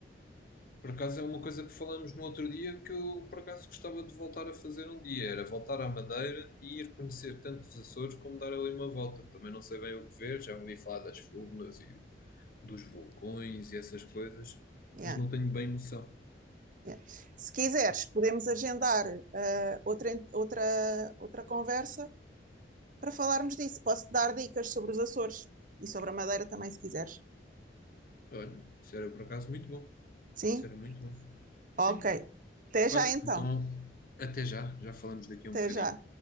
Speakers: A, on the left; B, on the right.
A: Por acaso é uma coisa que falámos no outro dia que eu por acaso gostava de voltar a fazer um dia, era voltar à Madeira e ir conhecer tanto os Açores como dar ali uma volta. Também não sei bem o que ver, já ouvi falar das furnas e dos vulcões e essas coisas,
B: Yeah,
A: mas não tenho bem noção.
B: yeah. Se quiseres, podemos agendar uh, outra, outra, outra conversa para falarmos disso. Posso-te dar dicas sobre os Açores e sobre a Madeira também, se quiseres.
A: Olha, isso era por acaso muito bom.
B: Sim?
A: Isso era muito bom.
B: Ok.
A: Sim.
B: Até já
A: Olha,
B: então.
A: então até já, já falamos daqui a
B: Até
A: um bocadinho.
B: já.